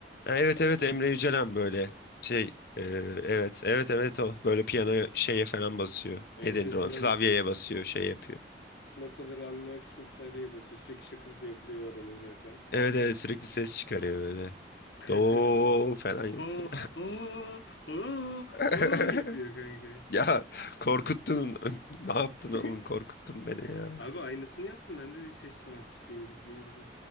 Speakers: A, on the left; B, on the left.
A: Ha, Evet evet Emre Yücelen böyle şey e, evet evet evet o böyle piyano şeye falan basıyor.
B: Evet
A: Ne denir
B: evet
A: ona?
B: biliyorum
A: Klavyeye basıyor şey yapıyor.
B: notaları almak için klavyeye basıyor. Sürekli şakası da yapılıyor o adamın zaten.
A: Evet evet sürekli ses çıkarıyor böyle.
B: <laughs>
A: Do falan yapıyor.
B: Aa, aa, aa,
A: <laughs>
B: aa yapıyor kanka.
A: Ya korkuttun. <laughs> Ne yaptın oğlum?
B: <laughs>
A: Korkuttun beni ya.
B: Abi aynısını yaptım. Ben de bir ses sanatçısıyım bildiğin gibi.